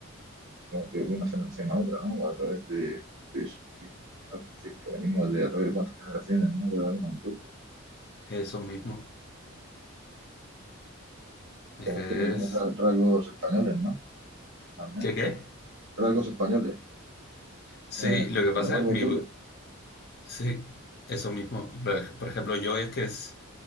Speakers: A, on the right; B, on the left.
A: de- de una generación a otra, ¿no? A través de, de eso. sí. Claro, es que venimos de a través de cuántas generaciones, ¿no? Cada uno de nosotros.
B: eso mismo.
A: Como
B: Es que
A: ustedes que tiene
B: es...
A: ra- rasgos españoles, ¿no? también
B: ¿Qué qué?
A: rasgos españoles,
B: Sí,
A: eh, de
B: lo que pasa
A: la barba
B: es mi,
A: y pelo.
B: sí, eso mismo. Por ej- por ejemplo, yo es que es,